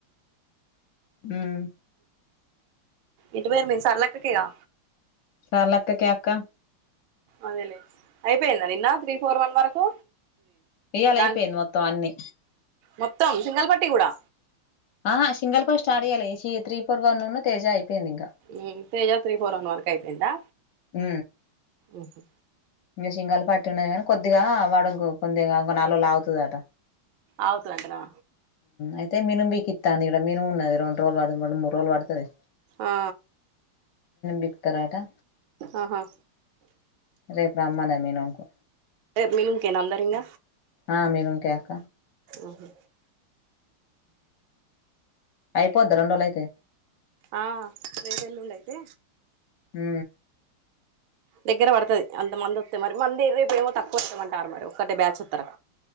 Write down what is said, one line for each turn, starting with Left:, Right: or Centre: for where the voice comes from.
Left: ఉమ్
Right: ఎటు పోయిండ్రు మీర్ సరళక్క కే గా
Left: సర్లక్కకి అక్క
Right: అదేలే అయిపోయింద నిన్న త్రీ ఫోర్ వన్ వరకు
Left: ఇయ్యాల
Right: దాని
Left: అయిపోయింది మొత్తం అన్ని
Right: మొత్తం సింగల్ పట్టి కూడా
Left: ఆహా సింగల్ పర్ స్టార్ట్ గ త్రీ ఫర్ వన్ ను తేజ అయిపోయింది ఇంకా
Right: ఉమ్ Teja three four one one కి అయిపోయిందా
Left: ఆ
Right: ఓహా
Left: ఇంకా సికాలు పట్టి ఉన్నాయి కానీ కొద్దిగా వాడ కొద్దిగా నాలుులాగుతుందట
Right: ఆవుత్ అంటరా
Left: అయితే మినము బీకి ఇాంది ఇక్క మిను ఉది రెం రోజులుడుడుూడు రోులు పడుతుది
Right: ఆ
Left: పీకుతారట
Right: ఆహా
Left: రేపు్రాహ్మాద మీినకు
Right: మీను ఇంకేనా అందారంగ
Left: ఆ మీరు కక
Right: ఓహో
Left: అయిపోద్దా రెంోళ్ల అయితే
Right: ఆ రేపు వెల్లుండ అయితే
Left: హ
Right: దగ్గర పడుతుంది అంత మంది వస్తా మరి మంది ఎపో ఏమో తక్కువ వస్తేమంటారు మరి ఒక్కటే బ్యాచ్ వస్తారు